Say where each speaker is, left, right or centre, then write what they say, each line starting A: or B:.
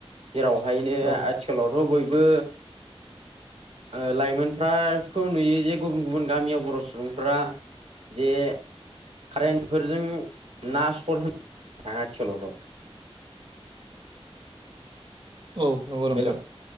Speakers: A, on the right; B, on the right.
A: जेरावहायनो
B: औ
A: आथिखालावथ' बयबो ओ लाइमोनफ्रा खौ नुयो जे गुबुन गुबुन गामियाव बर' सुबुंफ्रा जे कारेन्टफोरजों ना सरट होनो थाङा आथिखालावथ'
B: औ नंगौ
A: हेल'
B: नोंथां